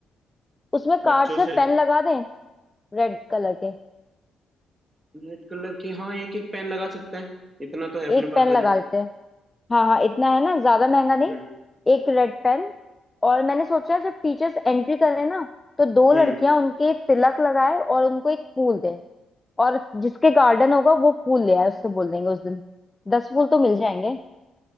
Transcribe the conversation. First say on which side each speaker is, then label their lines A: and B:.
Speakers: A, on the left; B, on the right.
A: उसमें
B: बच्चों
A: कार्ड्स में
B: से
A: पेन लगा दें रेड कलर के
B: रेड कलर के हाँ एक एक पेन लगा सकते हैं इतना तो है
A: एक
B: अपने पास
A: पेन
B: बजट
A: लगा देते हैं हाँ हाँ इतना है ना ज्यादा महंगा नहीं
B: हम्म
A: एक रेड पेन और मैंने सोचा जब टीचर्स एंट्री करें ना तो दो
B: हम्म
A: लड़कियां उनके तिलक लगाए और उनको एक फूल दें और जिसके गार्डन होगा वो फूल ले आए उससे बोल देंगे उस दिन दस फूल तो मिल जाएंगे